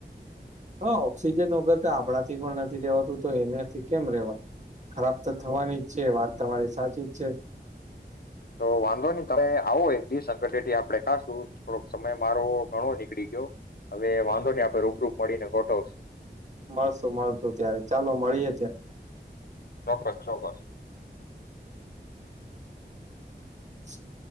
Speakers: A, on the right; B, on the left.
A: હા ઓક્સિજન વગર આપણાથી પણ નથી રેવાતું તો એનાથી કેમ રેવાત ખરાબ તો થવાની જ છે વાત તમારી સાચી જ છે.
B: તો વાંધો નહી તમે આવો એક દિવસકટેટી આપડે કાશું થોડોક સમય મારો ઘણો નીકળી ગયો હવે વાંધો ને આપડે રૂબરૂપ મળીને ગોઠવશું
A: મળશું મળશું ત્યારે ચાલો મળીએે ત્યારે.
B: ચોક્કસ ચોક્કસ.
A: અચછા.